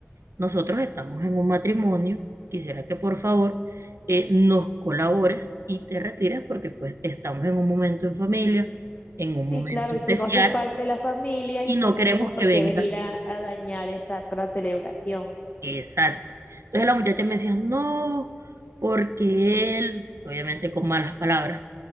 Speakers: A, on the right; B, on the left.
A: Nosotros estamos en un matrimonio. Quisiera que por favor eh, nos colabores y te retires porque pues estamos en un momento en familia, en
B: Sí,
A: un momento
B: claro, y
A: especial
B: tú no haces parte de la familia
A: y
B: y tú
A: no
B: no
A: queremos
B: tienes por
A: que vengas.
B: qué venir a, a dañar esa toda la celebración.
A: Exacto. Entonces la muchacha me decía, no, porque él, obviamente con malas palabras,